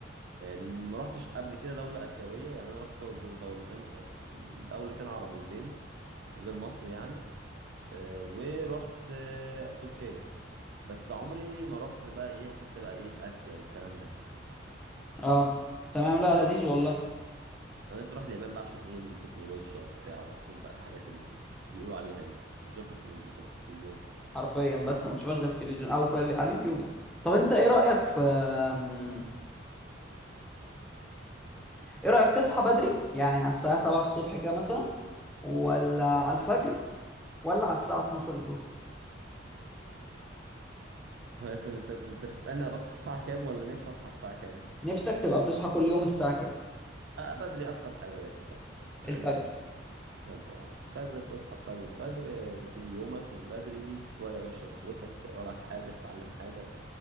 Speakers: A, on the right; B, in the centre.
A: آه، لان ما رحتش قبل كده دولة آسيوية يعني انا رحت د- دولتين آه، دولتين عربيتين غير مصر يعني آه، ورحت آه، تركيا بس عمري ما رحت بقى ايه حتة بقى ايه في آسيا والكلام ده
B: اه تمام لا
A: انا
B: لذيذ والله
A: أنا نفسي اروح اليابان بقى عشان ايه التكنولوجيا وبتاع واشوف بقى الحاجات اللي بيقولوا عليها دي واشوفها في ال- في التلفزيون
B: حرفيا بس ما تشوفهاش غير في التلفزيون او في على اليوتيوب يعني طب انت ايه رايك في أم، ايه رايك تصحى بدري يعني على الساعه 7 الصبح كده مثلا ولا على الفجر ولا على الساعه 12 الظهر
A: ها، انت انت انت بتسألني انا بصحى الساعة كام ولا نفسي اصحى الساعة كام؟
B: نفسك تبقى بتصحى كل يوم الساعه كام
A: آه بدري اكتر حاجة بدري طبعا يعني
B: الفجر
A: الفجر اه الفجر تصحى تصلي الفجر آه، تبتدي يومك من بدري شوية وتشرب قهوتك تقرا لك حاجة تتعلم حاجة